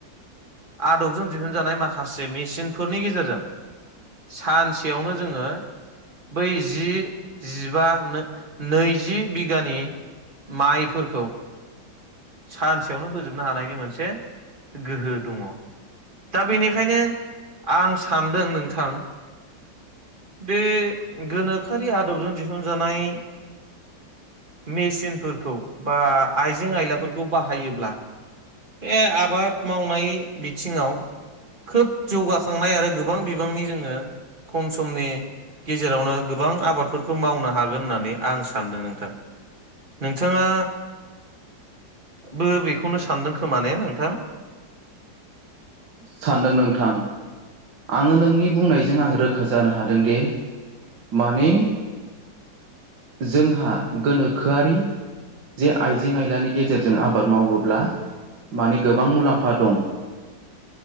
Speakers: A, on the right; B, on the right.
A: आदबजों दिहुनजानाय माखासे मेसिनफोरनि गेजेरजों सानसेयावनो जोङो बै जि जिबा नैजि बिघानि माइफोरखौ सानसेयावनो होजोबनो हानायनि मोनसे गोहो दङ दा बेनिखायनो आं सानदों नोंथां बे गोनोखोआरि आदबजों दिहुनजानाय मेचिनफोरखौ बा आइजें आयलाफोरखौ खौ बाहायोब्ला बे आबाद मावनाय बिथिङाव खोब जौगाखांनाय आरो गोबां बिबांनि जोङो खम समनि गेजेरावनो गोबां आबादफोरखौ मावनो हागोन होननानै आं सानदों नोंथां नोंथाङा बो बेखौनो सानदों खोमा ने नोंथां?
B: सानदों नोंथां आङो नोंनि बुंनायजों आङ रोखा जानो हादोंदि माने जोंहा गोनोखोआरि जे आइजें आइलानि गेजेरजों आबाद मावोब्ला माने गोबां मुलाम्फा दं ।